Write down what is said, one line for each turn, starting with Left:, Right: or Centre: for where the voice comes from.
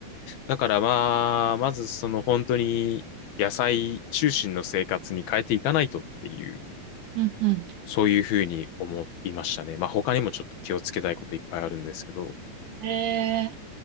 Left: だからまあ、まずその本当に野菜中心の生活に変えていかないとっていう
Right: うんうん。
Left: そういうふうに思いましたね。まあ他にもちょっと気をつけたいこといっぱいあるんですけど、
Right: えー、